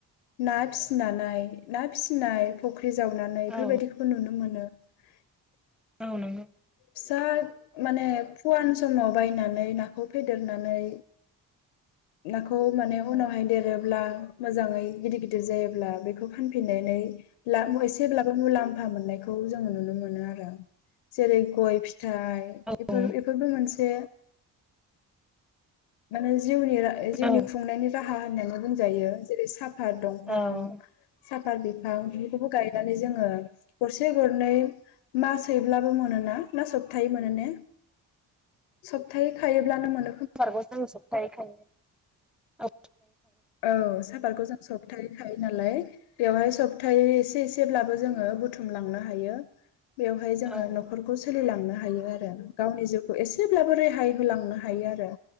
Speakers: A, on the left (about 80°); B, in the centre.
A: ना फिसिनानै ना फिनाय फख्रि जावनानै बेफोरबायदिखौबो
B: औ
A: नुनो मोनो। <unintelligible>
B: औ नोंगौ।
A: फिसा माने फुवान समाव बायनानै नाखौ फेदेरनानै नाखौ खौ माने उनावहाय
B: औ
A: देरोब्ला मोजाङै गिदिर गिदिर जायोब्ला बेखौ फानफिननानै लासे जेब्लाबो मुलाम्फा मोननायखौ जोङो नुनो मोनो आरो जेरै गय। फिथाइ
B: औ
A: बेफोर बेफोरबो मोनसे माने जिउनि जिउनि
B: औ
A: खुंनायनि राहा होननानै बुंजायो जेरै सा फाद दंफां
B: औ
A: साफ <inaudible> बिफां बेफोरखौबो गायनानै जोङो गरसे गरनै मास सैब्लाबो मोनोना। ना सप्ताहै मोनो ने सप्तै खायोब्लानो मोन
B: समबारबो जों सप्थायाहैखायो!
A: औ साफाखौ जों सप्ताहैखायो नालाय बेवहाय सब्तै एसे एसेब्लाबो जोङो बुथुम लांनो हायो। बेवहाय जोङो
B: औ
A: नखरखौ सोलिलांनो आरो गावनि जिउ एसेब्लाबो रेहाय होलांनो हायो आरो।